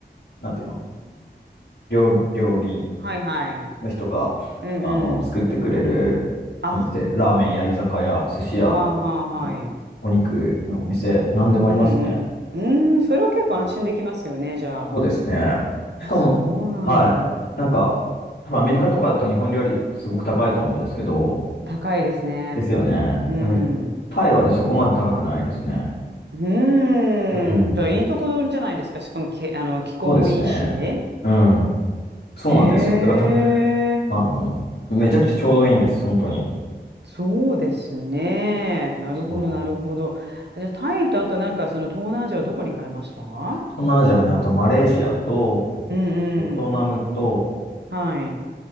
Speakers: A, on the left (about 80°); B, on the right (about 75°).
A: ーなんていうの、料理、料理
B: はいはい。
A: の人が、
B: うんうん。
A: あのー作ってくれるお店、
B: あ、
A: ラーメンや居酒屋、寿司屋、
B: はあはあはい。
A: うんお肉のお店、なんでもありますね。
B: うんうん。うん、それは結構安心できますよね、
A: うん
B: じゃあ。
A: そうですね。しかも、
B: あ、そうなんだ。
A: はい。なんか、多分アメリカとかだと日本料理すごく高いと思うんですけど、
B: 高いですね。
A: ですよね。
B: うん。
A: やはりタイはね、そこまで高くないですね。
B: うーん。
A: うん。
B: じゃあ、いいとこ取りじゃないですか。しかもけ、あの、気候もいいし。
A: そうですね。
B: へ
A: うん。そうなんですよ。
B: え。
A: だからた、あの、めちゃくちゃちょうどいいんです、本当に。
B: そうですね。なるほど、
A: そう。
B: なるほど。じゃあ、タイと、あとなんか、その東南アジアはどこに行かれましたう
A: 東南アジアね、あとマレーシアと
B: んうん。
A: ベトナムと
B: はい。